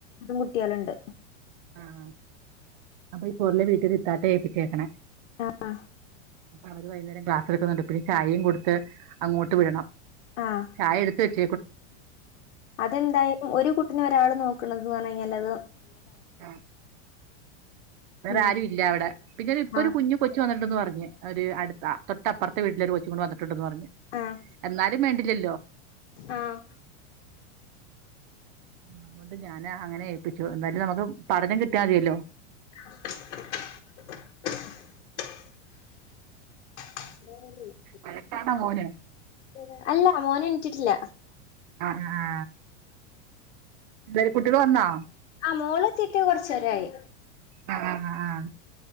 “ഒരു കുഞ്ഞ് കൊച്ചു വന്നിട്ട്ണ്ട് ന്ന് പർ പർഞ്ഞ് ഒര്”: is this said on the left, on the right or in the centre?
Right